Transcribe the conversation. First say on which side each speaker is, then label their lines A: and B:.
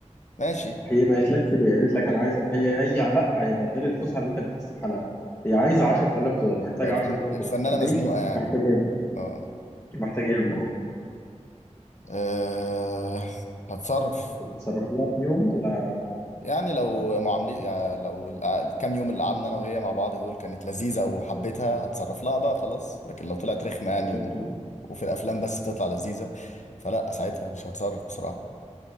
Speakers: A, on the left; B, on the left.
A: ماشي
B: هي ما قالتلكش ده قالت لك انا عايزه هي هي لا هي ده غير الفسحه اللي انت بتفسحها لها هي عايزه 10000 دولار محتاجه
A: الفن...
B: 10000
A: الفنانه
B: دولار طب
A: مزنوقه
B: ليه
A: يعني
B: محتاجاهم
A: اه
B: محتاجاهم اه
A: أه... هتصرف
B: هتتصرف لها فيهم ولا
A: يعني لو معاملة يعني لو الكام يوم اللي قعدنا انا وهي مع بعض دول كانت لذيذة وحبيتها هتصرف لها بقى خلاص لكن لو طلعت رخمة يعني
B: شكلك
A: و... وفي الافلام بس بتطلع لذيذة فلا ساعتها مش هتصرف بصراحة